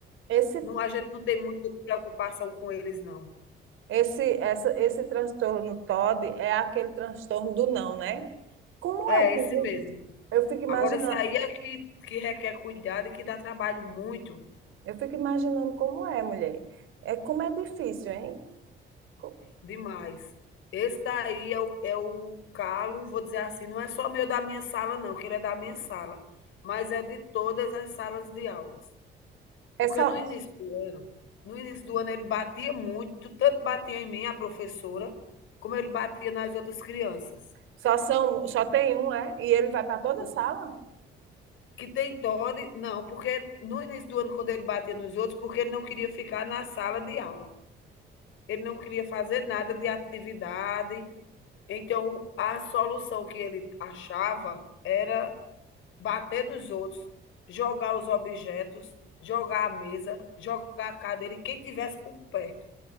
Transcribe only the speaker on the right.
Esse
Esse, essa, esse transtorno TOD é aquele transtorno do não, né? Como
é? que
vo-
Eu fico imaginando,
eu fico imaginando como é, mulher. É como é difícil, hein? Co-
É
só,
só são, só tem um, é? E ele vai para toda
a sala?